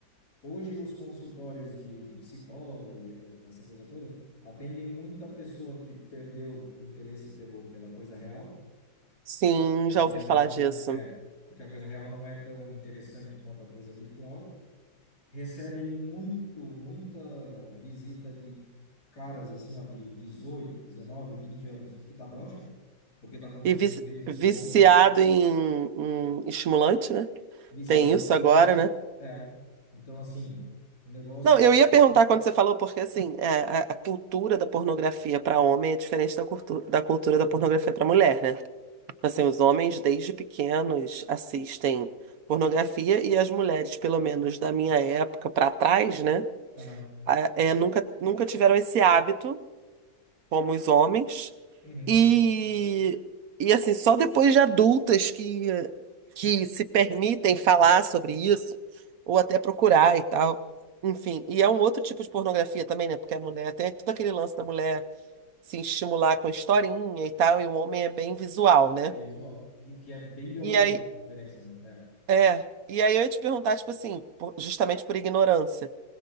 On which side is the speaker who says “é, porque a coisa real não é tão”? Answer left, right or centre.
Left